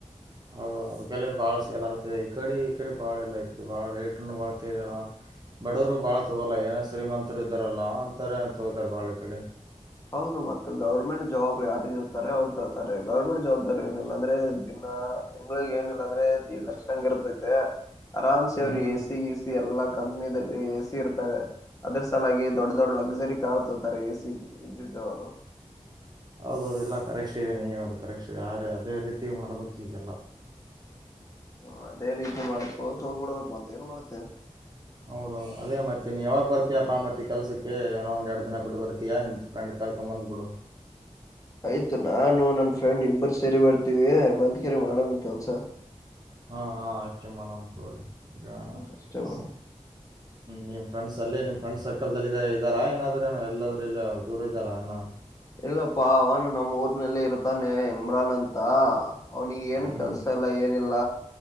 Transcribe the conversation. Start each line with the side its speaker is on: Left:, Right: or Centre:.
Right: ಹೌದ ಅದಕ್ಕೆಲ್ಲ ಬಾಳ ಸೇಲ್ ಆಗ್ತಿದೆ ಈಕಡೆ ಈಕಡೆ ಬಾಳ ಇಲ್ಲ ಈಡೆ ಬಾಳ ರೇಟ್ನ್ನು ಬಾಳ್ತಲ್ಲ ಬಡವರು ಬಾಳ ತಗೋಲ್ಲ ಏನೋ ಶ್ರೀಮಂತರು ಇದ್ದಾರಲ್ಲ ಅಂತಾರೆ ತಗೊತಾರೆ ಬಾಳ ಈ ಕಡೆ.
Left: ಹೌದು ಮತ್ ಗವರ್ನಮೆಂಟ್ ಜಾಬ್ ಯಾರಿಗ ಇರ್ತಾರೆ ಅವ್ರು ತರ್ತಾರೆ ಗವರ್ನಮೆಂಟ್ ಜಾಬ್ ದರೆ ಏನಿಲ್ಲಾಂದ್ರೆ ದಿನ ತಿಂಗಳಗ್ ಏನಿಲ್ಲಾಂದ್ರೆ ದೇಡ್ ಲಕ್ಷ ಹಂಗ ಇರ್ತೈತೆ. ಆರಾಮ್ಸೆ
Right: ಹ್ಮ್
Left: ಅವ್ರು ಎ ಸಿ ಗಿ ಸಿ ಎಲ್ಲ ಕಂಪ್. ದಲ್ಲಿ ಎ ಸಿ ಇರ್ತಾರೆ ಅದ್ರ ಸಲಾಗಿ ದೊಡ್ ದೊಡ್ಡ ಲಕ್ಸರಿ ಕಾರ್ ತೋರ್ತಾರೆ ಎಸಿದು ಇದ್ದಿದ್ದವರು
Right: ಹೌದೌದು ಇಲ್ಲ ಕರೆಕ್ಟ್ ಇದೆ ನೀ ಹೇಳದು ಕರೆಕ್ಟ್ ಇದೆ ಆ ರೀ ಅದೇ ರೀತಿ ಮಾಡಬೇಕು ಈಗೆಲ್ಲ.
Left: ಹ ಅದೇ ರೀತಿ ಮಾಡ್ಕೋತ್ ಹೋಗ್ಬಿಡ್ಬೇಕು ಮತ್ತ ಏನ್ ಮಾಡ್ತ್ತಿಯ.
Right: ಹೌದು ಅದೇ ಮತ್ತೆ ನೀ ಯಾವಾಗ ಬರ್ತಿಯಯಪ್ಪಾ ಮತ್ತೆ ಕೆಲ್ಸಕ್ಕೆ ಏನೋ ಒಂದ್ ಎರಡು ದಿನ ಬಿಟ್ಟ ಬರ್ತಿಯ ನಿಮ್ದ ಫ್ರೆಂಡ್ ಕರ್ಕೊಂಡ್ ಬಂದ್ಬಿಡು.
Left: ಆಯ್ತು ನಾನು ನನ್ ಫ್ರೆಂಡ್ ಇಬ್ಬರು ಸೇರಿ ಬರ್ತೀವಿ ಬಂದ್ಕರೆ ಮಾಡೋಣ ಕೆಲ್ಸ.
Right: ಹಾ ಹಾ ಅಷ್ಟೇ ಮಾಡಂ ತೋರಿ. ಈಗ
Left: ಹ್ಮ್ ಅಷ್ಟೇ
Right: ಹ್ಮ
Left: ಮೇಡಮ್
Right: ನಿಮ್ ಫ್ರೆಂಡ್ಸ್ ಅಲ್ಲೇ ನಿಮ್ ಫ್ರೆಂಡ್ಸ್. ಸರ್ಕಲ್ ದಲ್ಲಿಲ್ಲ ಇದಿದ್ದಾರೆ ಇದ್ದಾರಾ ಏನಾದ್ರನ ಎಲ್ಲಾದ್ರಲ್ಲ ದೂರ ಇದ್ದಾರ ಏನು
Left: ಇಲ್ಲಪ್ಪಾ ಅವನು ನಮ್ಮ ಊರ್ನಲ್ಲಿ ಇರ್ತಾನೆ ಇಮ್ರಾನ್ ಅಂತ ಅವನಿಗೆ ಏನು
Right: ಅವ್ರ್
Left: ಕೆಲ್ಸ
Right: ನಿಮ್
Left: ಇಲ್ಲ ಏನಿಲ್ಲ